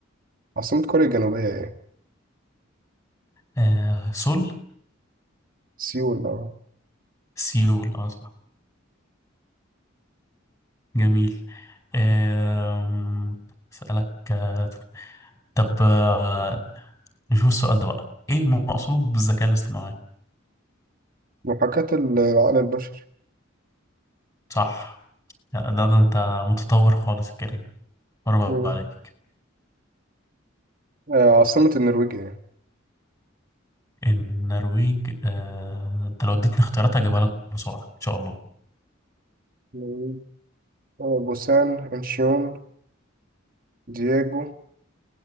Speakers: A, on the right; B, on the left.
A: عاصمة كوريا الجنوبية ايه؟
B: آه سول
A: سيول اه
B: سيول اه صح جميل آه اسألك آه طب آه نشوف السؤال ده بقى ايه المقصود بالذكاء الاصطناعي؟
A: محاكاة ال- العقل البشري
B: صح لا ده انت متطور خالص يا كريم برافو
A: مم.
B: عليك
A: آه، عاصمة النرويج ايه؟
B: النرويج آه انت لو اديتني اختيارات هجيبها لك بسرعة ان شاء الله
A: النرويج. آه، بوسان انشيون دييجو